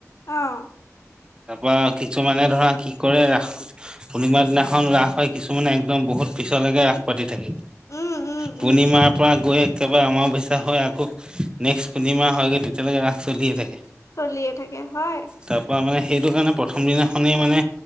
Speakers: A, on the left; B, on the right.
A: অৱ।
B: তাৰপৰা কিছুমানে ধৰা কি কৰে ৰাস পূৰ্ণিমাৰ দিনাখন ৰাস হয, কিছুমানে একদম বহুত পিছলৈকে ৰাস পাতি থাকে।
A: উম উম
B: পূৰ্ণিমাৰ
A: উম
B: পৰা গৈ একেবাৰে আমাৰ অমৱস্যা হয় আকৌ নেক্সট পূৰ্ণিমা হয়গৈ তেতিয়ালৈকে ৰাস চলিয়ে থাকে।
A: চলিয়ে থাকে হয়।
B: তাৰ পৰা মানে সেইটো কাৰণে প্ৰথম দিনাখনেই মানে